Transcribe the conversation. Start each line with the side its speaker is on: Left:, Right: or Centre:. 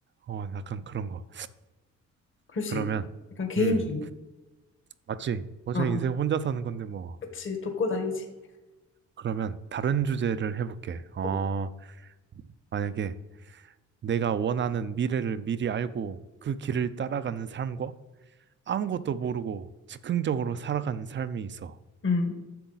Right: 어, 약간 그런 거.
Left: 그럴
Right: 그러면,
Left: 수 있지. 약간 개인주의.
Right: 음, 맞지. 어차피
Left: 어,
Right: 인생 혼자 사는 건데 뭐.
Left: 그치. 독고다이지.
Right: 그러면 다른 주제를 해볼게. 어,
Left: 어,
Right: 만약에 내가 원하는 미래를 미리 알고 그 길을 따라가는 삶과 아무것도 모르고 즉흥적으로 살아가는 삶이 있어.
Left: 음.